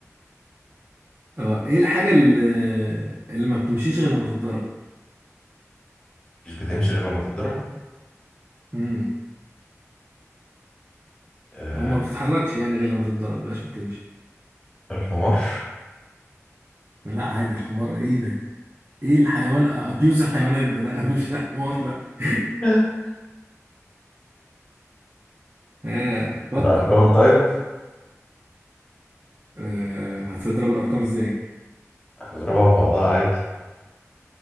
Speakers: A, on the right; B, on the left.
A: اه ايه الحاجه اللي, اللي ما بتمشيش غير لما تتضرب
B: مش بتمشي غير لما تتضرب
A: امم
B: آه،
A: او ما بتتحركش يعني غير لما تتضرب بلاش بتمشي
B: الحمار
A: لا عادي الحمار ايه ده ايه الحيوان ابيوز الحيوانات ده لا <laughs> مش حمار لا <laughs>
B: <laughs>
A: ها فكر
B: الأرقام طيب
A: أه هتضرب الارقام ازاي
B: نضربها في بعضها عادي